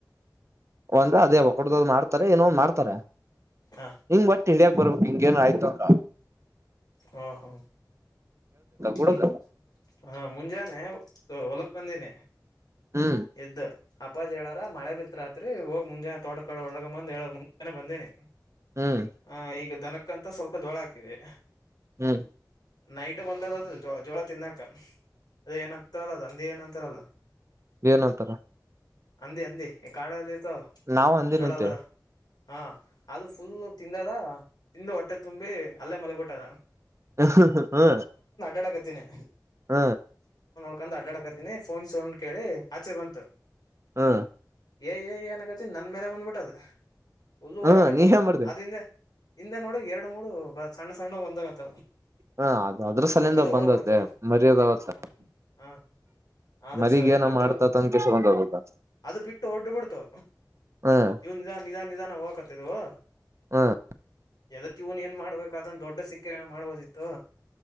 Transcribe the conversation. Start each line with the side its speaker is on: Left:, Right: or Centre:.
Right: ಒಂದ ಅದೇ ಹೊಡ್ದದ್ ಮಾಡ್ತಾರೆ ಏನೋಂದು್ ಮಾಡ್ತಾರೆ
Left: ಹ
Right: ಹಂಗ್ ಮತ್ತ ಹ ಬರ್ಬೇಕ ಹಿಂಗೇನ ಆಯ್ತಲ್ಲ
Left: ಹಾ ಹಾ
Right: ಗುಡಕ
Left: ಮುನ್ ಹಾಂ ಮುಂಜಾನೆ ಹೊಲಕ್ ಬಂದೇನನೆ
Right: ಹ್ಮ್
Left: ಎ್ಎದ್ದು ಆ ಅಪ್ಪಾಜ್ ಹೇಳಾರ ಮಳೆ ಬಿತ್ತ್ರಿ ಹೋಗಿ ಮುಂಜಾನೆ ತೋಡ್ಕ ಒಳಗ ಬಂದ್ ಹೇಳ ಮುಂಜಾನೆ ಬಂದಿನಿ
Right: ಹ್ಮ್
Left: ಹಾ ಈಗ ದನಕ್ಕಂತ ಸ್ವಲ್ಪ ಜೋಳ ಹಾಕಿದೆ
Right: ಹ್ಮ್
Left: ನೈಟ್ ಬಂದ ಜ ಜೋಳ ತಿನ್ನಾಕ ಅದ ಏನಂತರ ಅಲ್ಲದ ಅಂದ ಏನಂತರ ಅಲ್ಲದ
Right: ಏನಂತರ
Left: ಅಂದೆ ಅಂದೆ ಕಾಡಲ್ಲಿ ಇರ್ತಾವಲ್ಲ
Right: ನಾವು ಅಂದಿನಂತೆೇ
Left: ಜೋಳ ಅಲ್ಲದ ಹಾ ಅದು ಫುಲ್ ತಿಂದದ ಇಂದು ಹೊಟ್ಟೆ ತುಂಬಿ ಅಲ್ಲೇ ಮಲಗ್ಟ್ಟು ದ
Right: ಹ ಹ್ಮ
Left: ಎಡಾತೀನನೆ
Right: ಹ್ಮ
Left: ಕಕೊಂಡ್ ಅಡ್ಡಾಡಕತೀನಿ ಫೋನ್ ಸೌಂಡ್ ಕೇಳಿ ಆಚೆ ಬಂತು
Right: ಹಾ
Left: ಏ ಏ ಏನಕತಿ ನನ್ ಮೇಲೆ ಬಂದ್ಬಿಟ್ಟದ ಹುಲ್ಲು
Right: ಹ್ಮ್
Left: ಓಡಕತ್ತಾವ
Right: ನೀ ಏನ್ ಮಾಡ್ದ
Left: ಅದ್ರಿಂದ ಹಿಂದ ನೋಡ ಎರಡು ಮೂರು ಸಣ್ಣ ಸಣ್ಣ ಒಂದಾಗತ
Right: ಹಾ ಅದು ಅದ್ರ ಸಲಿಂದ
Left: ದೊಡ್ಡದು ಓಡಬಿಡ್ತು
Right: ಬಂದತ್ಲೆ ಮರಿಯದವತ್
Left: ಹ ಹಾ ಅದಕ್ಕೆ
Right: ಮರಿಗ
Left: ಸ
Right: ಏನ
Left: ದೊಡ್ಡದು
Right: ಮಾಡ್ತತ್ ಅಂದ ಕಿಸ ಬಂದದ
Left: ಅದು ಬಿಟ್ಟು ಹೊಡ್ಡ ಬಿಡ್ತು
Right: ಹ್ಮ್
Left: ಇವನ್ ನಿಧಾನ ನಿಧಾನ ನಿಧಾನ ಹೋಗಕತ್ತಿದವು
Right: ಹ್ಮ್
Left: ಎದಕ್ಕ ಇ್ನ್ ಏನ್ ಮಾಡ್ಬೇಕು ಅದನ್ನ ದೊಡ್ಡ ಸಿಕ್ಕರೆ ಏನ ಮಾಡ್ಬೋದಿತ್ತು